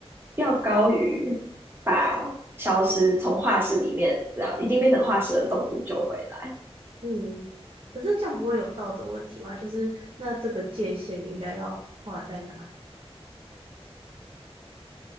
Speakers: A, on the right; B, on the right.
A: 要高于把消失从化石里面，然后一定变成化石的动物救回来。
B: 嗯，可是这样不会有道德问题吗？就是那这个界限应该要画在哪里？